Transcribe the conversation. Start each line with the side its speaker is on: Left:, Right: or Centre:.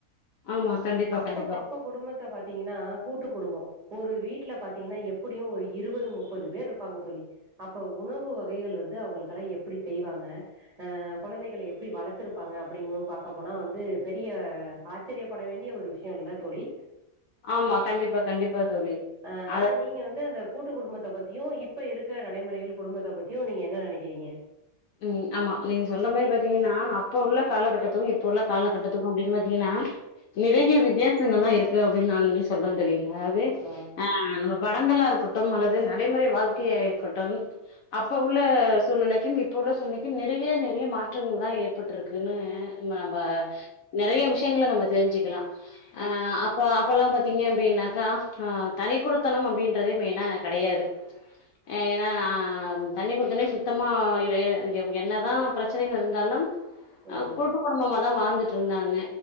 Left: ஆமா கண்டிப்பா
Right: அப்பக்கு
Left: கண்டிப்பா
Right: அப்பக் குடும்பத்த பாத் தீங்கன்னா கூட்டு குடும்போ ஒரு வீட்ல பாத்தீங்கன்னா எப்படியு ஒரு இருவது முப்பது பேர்ருப்பாங்க தோழி அப்ப உணவு வகைகள் வந் ந்து அவுங்களுக்கெல்லா எப்புடி செய்வாங்க அ கொழந்தைகள எப்புடி வளத்துருப்பாங்க அப்புடிங்கு பாக்க போனா வந்து பெரிய ஆச்சரியப்பட வேண்டிய ஒரு விஷயோல்ல தோழி
Left: ஆமாங் கண்டிப்பா கண்டிப்பா தோழி
Right: அ ஆனா
Left: அதாவது
Right: நீங்க வந்து அந்த கூட்டு குடும்பத்த பத்தியு இப்ப இருக்க நடைமுறைகள் குடும்பத்த பத்தியு நீங்க என்ன நெனைக்கிறீங்க
Left: ம் ஆமா நீங்க சொல்ற மாரி பாத்தீங்கன்னா அப்போ உள்ள காலகட்டத்துக்கும் இப் இப்ப உள்ள கால கட்டத்துக்கு அப்புடின்னு பாத்தீங்கன்னா நெறைய வித்தியாசங்கள்தா இருக்கு து அப்புடின் நானுமே சொல்றே தோழி அதாவது
Right: ஆ.
Left: அ நம்ம படங்களா இருக்கட்டும் அல்லது நடைமுறை வாழ்க்கையா இருக்கட்டும் அப்ப உள்ள சூழ்நிலை <unintelligible> இப்போ உள்ள சூழ்நிலைக்கும் நெறைய நெறைய மாற்றங்கள்தா ஏற்பட்ருக்குன்னு நம்ப
Right: ம்.
Left: நெறைய விஷயங்கல நம்ப தெரிஞ்சுக்கலா அ அப்ப அப்பொல்லா பாத் தீங்க அப்புடின்னாக்கா அ தனி குடுத்தனம் அப்புடின்றதே மெயினா கெடையாது ஏன்னா தனி குடுத்தனோ சுத்தமா ஏ என்னதா ப்ரச்சனைகள் இருந்தாலும்
Right: ம்.
Left: அ கூட்டு குடும்பமாதா வாழ்ந்து ட்ருந்தாங்க